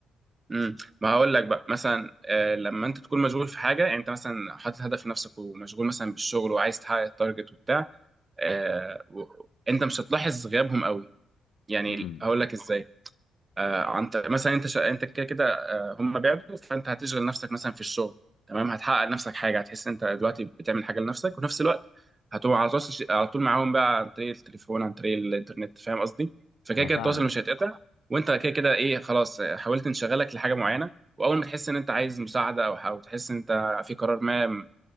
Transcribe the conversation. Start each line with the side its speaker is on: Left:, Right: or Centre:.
Right: امم ما هقول لك بقى مثلا آه لما انت تكون مشغول في حاجه يعني انت مثلا حاطط هدف لنفسك ومشغول مثلا بالشغل وعايز تحقق التارجت وبتاع آه و... انت مش هتلاحظ غيابهم قوي يعني
Left: امم
Right: هقول لك ازاي آه، انت مثلا انت شا... انت كده كده آه، هم بعدوا فانت هتشغل نفسك مثلا في الشغل تمام هتحقق لنفسك حاجه هتحس ان انت دلوقتي بتعمل حاجه لنفسك وفي نفس الوقت هتبقى على تواصل ش- على طول معاهم بقى عن طريق التليفون عن طريق الانترنت فاهم قصدي فكده
Left: انا
Right: كده
Left: فاهمك
Right: التواصل مش هيتقطع وانت كده كده ايه خلاص آه، حاولت انشغلك لحاجه معينه واول ما تحس ان انت عايز مساعده او او تحس ان انت في قرار ما